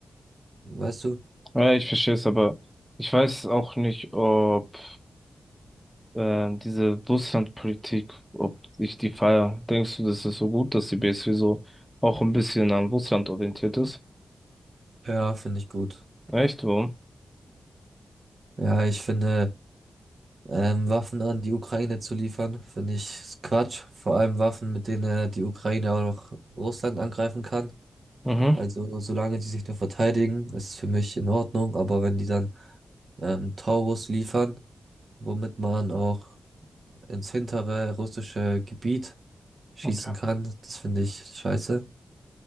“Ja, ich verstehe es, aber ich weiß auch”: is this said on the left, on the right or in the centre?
Centre